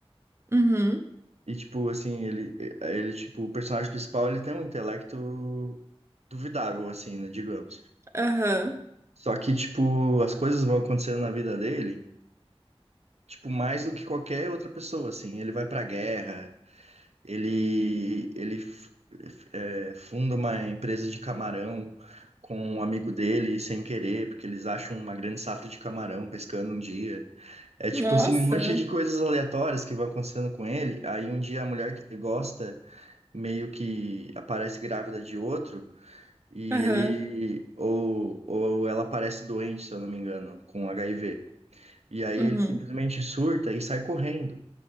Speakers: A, on the right; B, on the right.
A: Uhum.
B: E tipo assim, ele ele tipo, o personagem principal, ele tem um intelecto duvidável assim, né, digamos.
A: Aham.
B: Só que tipo, as coisas vão acontecendo na vida dele, tipo, mais do que qualquer outra pessoa assim. Ele vai pra guerra, Ele, ele f- é, funda uma empresa de camarão com um amigo dele, sem querer, porque eles acham uma grande safra de camarão pescando um dia. É tipo
A: Nossa.
B: assim, um monte de coisas aleatórias que vão acontecendo com ele. Aí um dia a mulher que ele gosta meio que aparece grávida de outro, e
A: Aham.
B: ele, ou, ou ela aparece doente, se eu não me engano, com HIV. E aí
A: Uhum.
B: ele simplesmente surta e sai correndo.